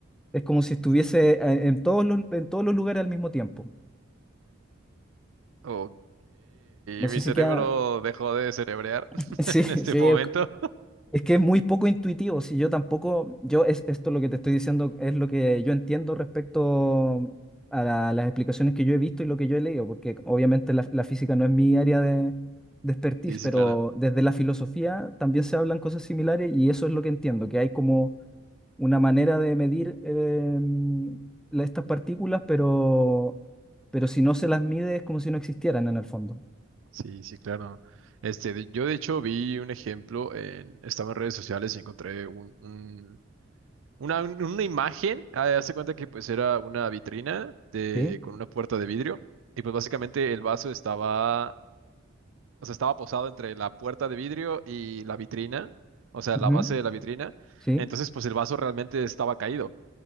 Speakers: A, in the centre; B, on the right.
A: Es como si estuviese eh, en todos los, en todos los lugares al mismo tiempo.
B: Ok,
A: No sé
B: mi cerebro
A: si queda...
B: dejó de cerebrear
A: <laughs>
B: <laughs>
A: Sí, sí,
B: en este momento.
A: Es que es muy poco intuitivo, si yo tampoco, yo es, esto lo que te estoy diciendo es lo que yo entiendo respecto a la- las explicaciones que yo he visto y lo que yo he leído, porque obviamente la, la física no es mi área de, de expertise,
B: Sí, sí,
A: pero
B: claro.
A: desde la filosofía también se hablan cosas similares y eso es lo que entiendo, que hay como una manera de medir eh, la- estas partículas, pero, pero si no se las mide es como si no existieran en el fondo.
B: Sí, sí, claro. Este, de- yo de hecho vi un ejemplo en, estaba en redes sociales y encontré un, un- una, un- una imagen. ah, Hace cuenta que pues era una vitrina de,
A: ¿Sí?
B: con una puerta de vidrio. Y pues básicamente el vaso estaba, o sea, estaba posado entre la puerta de vidrio y la vitrina, o sea,
A: Ujú,
B: la base de la vitrina.
A: Sí,
B: Entonces, pues el vaso realmente estaba caído.